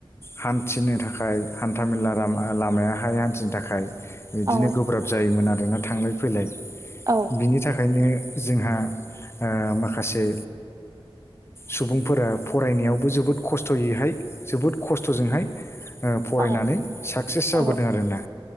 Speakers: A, on the left; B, on the right.
A: हान्थिनो थाखाय हान्थाामेला लामायाहाय हान्थिनो थाखाय बिदिनो
B: औ
A: गोब्राब जायोमोन आरोना थांलाय फैलाय
B: औ
A: बिनि थाखायनो जोंहा माखासे सुबुंफोरा फरायनायावबो जोबोद खस्थ'यैहाय जोबोद खस्थ'जोंहाय फरायनानै
B: औ
A: साकसेस जाबोदों
B: नंगौ
A: आरोना